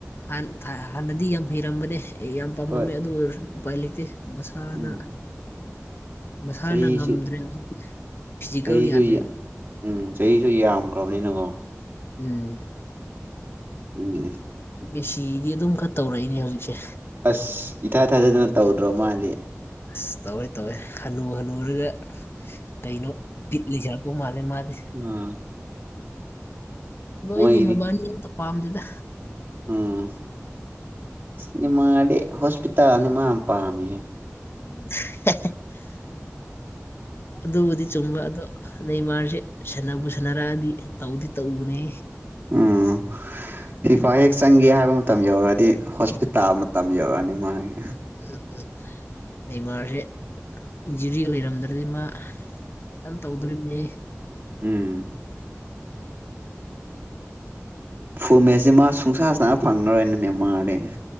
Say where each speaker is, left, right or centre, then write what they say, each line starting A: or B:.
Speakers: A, on the left (about 50°); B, on the right (about 40°).
A: ꯍꯥꯟ ꯍꯥꯟꯅꯗꯤ ꯌꯥꯝ ꯍꯩꯔꯝꯕꯅꯦ ꯑꯩ ꯌꯥꯝ ꯄꯥꯝꯃꯝꯃꯦ
B: ꯍꯣꯏ
A: ꯑꯗꯨ ꯑꯣꯏꯔꯁꯨ ꯎꯄꯥꯏ ꯂꯩꯇꯦ ꯃꯁꯥꯅ
B: ꯎꯝ
A: ꯃꯁꯥꯅ
B: ꯆꯍꯤꯁꯨ
A: ꯉꯝꯗ꯭ꯔꯦ ꯍꯧꯖꯤꯛꯇꯤ ꯐꯤꯖꯤꯀꯦꯜ
B: ꯆꯍꯤꯁꯨ
A: ꯌꯥꯗ꯭ꯔꯦꯕ
B: ꯌꯥ ꯎꯝ ꯆꯍꯤꯁꯨ ꯌꯥꯝꯈ꯭ꯔꯕꯅꯤꯅꯀꯣ
A: ꯎꯝ
B: ꯎꯝ
A: ꯃꯦꯁꯤꯗꯤ ꯑꯗꯨꯝ ꯈꯔ ꯇꯧꯔꯛꯏꯅꯦ ꯍꯧꯖꯤꯛꯁꯦ
B: ꯑꯁ ꯏꯊꯥ ꯊꯥꯖꯗꯅ ꯇꯧꯗ꯭ꯔꯣ ꯃꯥꯗꯤ
A: ꯑꯁ ꯇꯧꯋꯦ ꯇꯧꯋꯦ ꯍꯟꯅꯨ ꯍꯟꯅꯨꯔꯒ ꯀꯩꯅꯣ ꯕꯤꯠꯂꯤ <unintelligible> ꯎ ꯃꯥꯜꯂꯦ ꯃꯥꯗꯤ
B: ꯎꯝ
A: ꯑꯗꯣ
B: ꯃꯣꯏꯒꯤꯗꯤ
A: ꯑꯩꯗꯤ ꯃꯕꯥꯅꯤ ꯑꯝꯇ ꯄꯥꯝꯗꯦꯗ
B: ꯎꯝ ꯅꯦꯃꯥꯔꯗꯤ ꯍꯣꯁꯄꯤꯇꯥꯜꯗ ꯃꯥ ꯌꯥꯝ ꯄꯥꯝꯃꯦ
A: <unintelligible> ꯑꯗꯨꯕꯨꯗꯤ ꯆꯨꯝꯕ ꯑꯗꯣ ꯅꯦꯔꯃꯥꯁꯦ ꯁꯥꯟꯅꯕꯨ ꯁꯥꯟꯅꯔꯛꯑꯗꯤ ꯇꯧꯗꯤ ꯇꯧꯕꯅꯦ
B: ꯎꯝ ꯐꯤꯐꯥ ꯍꯦꯛ ꯆꯪꯒꯦ ꯍꯥꯏꯕ ꯃꯇꯝ ꯌꯧꯔꯛꯑꯗꯤ ꯍꯣꯁꯄꯤꯇꯥꯜ ꯃꯇꯝ ꯌꯧꯔꯛꯑꯅꯤ ꯃꯥꯒꯤ
A: ꯎꯝ ꯎꯝ ꯅꯦꯃꯥꯔꯁꯦ ꯏꯟꯖꯨꯔꯤ ꯂꯩꯔꯝꯗ꯭ꯔꯗꯤ ꯃꯥ ꯀꯟ ꯇꯧꯗ꯭ꯔꯣꯔꯤ ꯃꯤꯅꯦ
B: ꯎꯝ ꯐꯨꯜ ꯃꯦꯠꯁꯁꯤ ꯃꯥ ꯁꯨꯡꯁꯥ ꯁꯥꯟꯅ ꯐꯪꯉꯔꯣꯏꯅꯦ ꯃꯥꯗꯤ